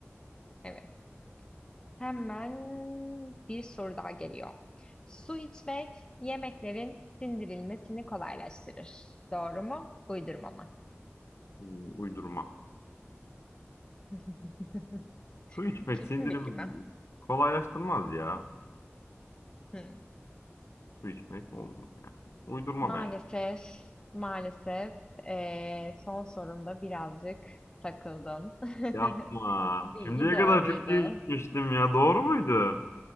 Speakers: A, on the left (about 15°); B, on the left (about 70°).
A: Evet. Hemen bir soru daha geliyor. Su içmek yemeklerin sindirilmesini kolaylaştırır. Doğru mu? Uydurma mı?
B: <laughs> Uydurma.
A: <laughs>
B: Su içmek
A: Kesin
B: sindirimi
A: bilgi mi?
B: kolaylaştırmaz ya.
A: Hmm.
B: Su içmek olmuyor yani. Uydurma
A: Maalesef,
B: ben.
A: maalesef eee, son sorumda birazcık takıldın.
B: Yapma.
A: <laughs> Bu bilgi
B: Şimdiye
A: doğruydu.
B: kadar çok iyi gitmiştim ya. Doğru muydu?